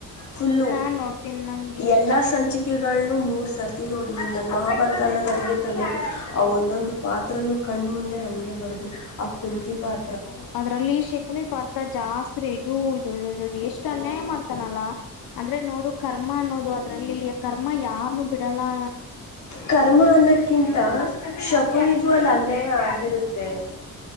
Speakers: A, on the left; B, on the left.
A: ಫುಲ್ಲು
B: ನಾನ್ ನೋಡ್ತೀನಿ ನಂಗೆ ಇಷ್ಟ
A: ಎಲ್ಲಾ ಸಂಚಿಕೆ ನು ಮೂರ್ ಸರ್ತಿ ನೋಡಿ ಇ ನನ್ನ ಮಹಾಭಾರತ ಅನ್ನೋದ್ ಹಂಗೆ ತಲೆಗ ಆ ಒಂದೊಂದು ಪಾತ್ರನು ಕಣ್ಣ ಮುಂದೆ ಹಂಗೆ ಬರ್ದ್ ಆ ಕುಂತಿ ಪಾತ್ರಾ
B: ಹೌದು ಅದ್ರಲ್ಲಿ ಶಕುನಿ ಪಾರ್ತ ಜಾಸ್ರಿಜೋಜ ಎಷ್ಟು ಅನ್ಯಾಯ ಮಾಡ್ತಾನಲ್ಲಾ ಅಂದ್ರೆ ನೋಡು ಕರ್ಮ ಅನ್ನೋದು ಅದ್ರಲ್ಲಿ ಕರ್ಮ ಯಾರನ್ನುೂ ಬಿಡಲ್ಲಾ
A: ಕರ್ಮ ಅನ್ನಕ್ಕಿಂತ ಶಕುನಿಗುಅಲ್ಲಿ ಅನ್ಯಾಯ ಆಗ್ ಇರುತ್ತೆ